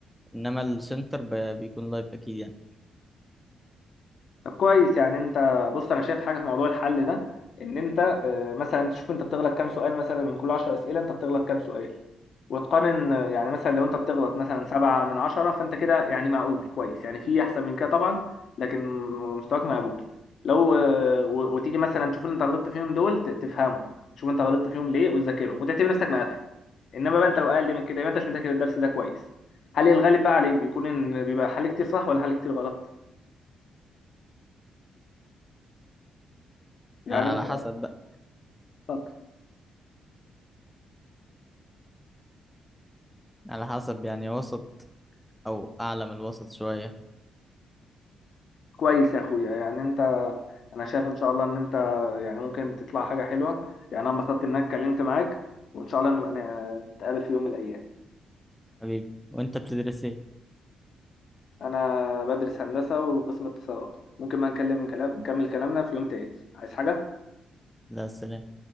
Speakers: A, in the centre; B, on the left.
A: انما السنتر ب... بيكون لايف اكيد يعني
B: طب كويس يعني انت بص انا شايف حاجه في موضوع الحل ده ان انت آه، مثلا تشوف انت بتغلط كام سؤال مثلا من كل 10 اسئله انت بتغلط كام سؤال وتقارن آه، يعني مثلا لو انت بتغلط مثلا سبعة من عشرة فانت كده يعني معقول كويس يعني في احسن من كده طبعا لكن مستواك مقبول لو آه، و- وتيجي مثلا تشوف اللي انت غلطت فيهم دول ت- تفهمهم تشوف انت غلطت فيهم ليه وتذاكرهم وتعتبر نفسك مقفل انما بقى انت لو اقل من كده يبقى انت مش مذاكر الدرس ده كويس هل الغالب بقى عليك بيكون ان بيبقى حل كتير صح ولا حل كتير غلط يعني
A: آه على حسب بقى
B: انت
A: على حسب يعني وسط او اعلى من الوسط شوية
B: كويس يا اخويا يعني انت انا شايف ان شاء الله ان انت يعني ممكن تطلع حاجه حلوه يعني انا انبسطت انك اتكلمت معاك وان شاء الله نبقى ن- نتقابل في يوم من الايام
A: حبيبي وانت بتدرس ايه
B: انا بدرس هندسه وقسم اتصالات ممكن ما نكلم كلام نكمل كلامنا في يوم تاني عايز حاجه
A: لا سلام